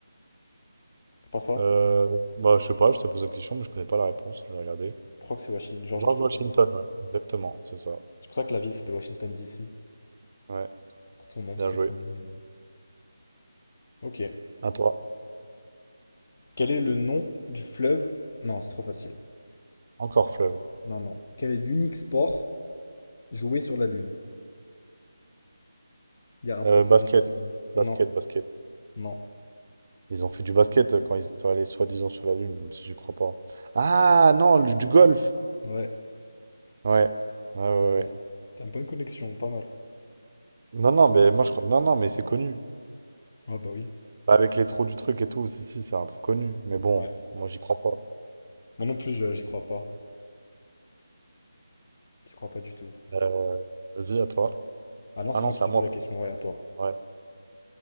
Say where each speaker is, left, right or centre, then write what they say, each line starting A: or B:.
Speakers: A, on the left; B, on the right.
A: c'est pas ça.
B: Euh, bah, je sais pas, je te pose la question, mais je connais pas la réponse. Je vais regarder.
A: Je crois que c'est Washington, George
B: George
A: Washington.
B: Washington, ouais. Exactement, c'est ça.
A: C'est pour ça que la ville s'appelle Washington DC.
B: Ouais,
A: Pour ton nom,
B: bien
A: parce que
B: joué.
A: c'est le premier. euh. Ok.
B: À toi.
A: Quel est le nom du fleuve? Non, c'est trop facile.
B: Encore fleuve.
A: Non, non. Quel est l'unique sport joué sur la Lune? Il y a un sport
B: Euh,
A: qui
B: basket.
A: était joué sur la Lune. Non,
B: Basket, basket.
A: non.
B: Ils ont fait du basket euh, quand ils sont allés soi-disant sur la Lune, même si j'y crois pas. Ah non, le- du golf.
A: Ouais,
B: Ouais. Ouais, ouais,
A: c'est
B: ouais.
A: ça. T'as une bonne connexion, pas mal.
B: Non, non, mais moi je crois. Non, non, mais c'est connu.
A: Ah bah oui.
B: Bah, Avec les trous du truc et tout, si, si, c'est un truc connu. Mais bon,
A: Ouais.
B: moi j'y crois pas.
A: Moi non plus, je- j'y crois pas. J'y crois pas du tout.
B: Euh, Vas-y, à toi.
A: Ah non,
B: Ah
A: c'est
B: non,
A: moi
B: c'est
A: qui t'ai
B: à moi,
A: posé la
B: pardon.
A: question, ouais, à toi.
B: Ouais.